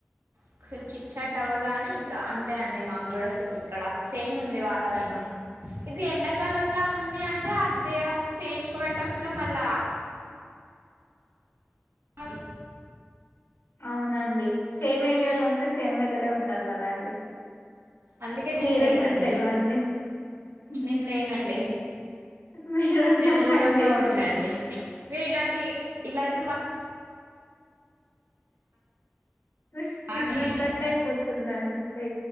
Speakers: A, on the right; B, on the left.
A: ఒకసారి చిత్చాట్ అవ్వగానే ఇంకా అంతే అండి మాకు కూడా ఇక్కడ సేముంది వాతావరణం ఇది ఎండాకాలం లా ఉంది అండ్ అదే సేమ్ పాయింటాఫ్లా మళ్ళ
B: ఆహ్
A: అవ్
B: అవునండి సేమ్ ఏరియాలుంటే సేమ్ వెదరే ఉంటారు కదా అండి
A: అందుకే నేను
B: మీరెక్కడ
A: లేనండి
B: తెల్వడి ఉహ్
A: నేను లేనండి
B: మీరన్నారండి
A: నేను దూరంలో ఉండండి మీరు ఇలాంటి ఇలాంటి మా
B: సిగ్నల్
A: అని
B: కటైపోతుందంటే